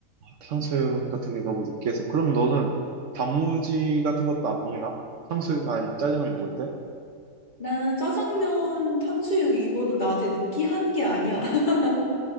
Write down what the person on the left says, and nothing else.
나는 짜장면, 탕수육 이거는 나한테 느끼한 게 아니야. <laughs>